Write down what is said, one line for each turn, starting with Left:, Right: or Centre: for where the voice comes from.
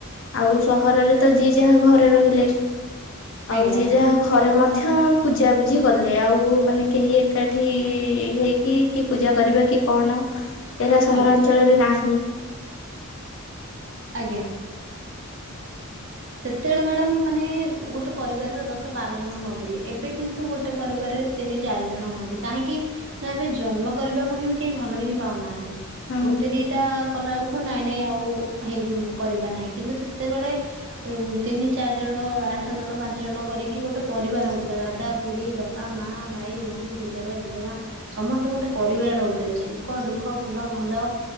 Left: ଆଉ ସହରରେ ତ ଯିଏ ଯାହା ଘରେ ରହିଲେ
Right: ଆଜ୍ଞା
Left: ଆଉ ଯିଏ
Right: ଆଜ୍ଞା
Left: ଯାହା ଘରେ ମଧ୍ୟ ପୂଜାପୁଜିି କଲେ ଆଉ ମାନେ କେହି ଏକାଠି ଏଠି ହେଇକି କି ପୂଜା କରିବା କି କଣ ଏରା ସହରାଞ୍ଚଳରେ
Right: ଆଜ୍ଞା
Left: ନାହିଁ।
Right: ଆଜ୍ଞା। ସେତେବେଳେ ମ୍ୟାଡାମ ମାନେ ଗୋଟେ ପରିବାରର ଦଶ ବାର ଜଣ ରହୁଥିଲେ। ଏବେ କିନ୍ତୁ ଗୋଟେ ପରିବାରରେ ତିନି ଚାରି ଜଣ ହୁଅନ୍ତି। କାହିଁକି ନା ଏବେ ଜନ୍ମ କରିବାକୁ ହିଁ କେହି ଭଲ ହିଁ ପାଉନାହାନ୍ତି।
Left: ହଁ
Right: ଗୋଟେ ଦିଇଟା କଲାବେଳକୁ ନାଇଁ ନାଇଁ ଆଉ ହେଇ କରିବା ନାଇଁ କିନ୍ତୁ ସେତେବେଳେ ତିନି ଚାରି ଜଣ ଆଠ ଜଣ ପାଞ୍ଚ ଜଣ କରିକି ଗୋଟେ ପରିବାର ହଉଥିଲା ଦାଦା ଖୁଡି ବାପା ମା। ମା ଭାଇ ଭଉଣୀ ଜେଜେବା ଜେଜେମା ସମସ୍ତେ ଗୋଟେ ପରିବାର ରହୁଥିଲେ ସୁଖ ଦୁଃଖ ଦୁଃଖ ଭଲ ମନ୍ଦ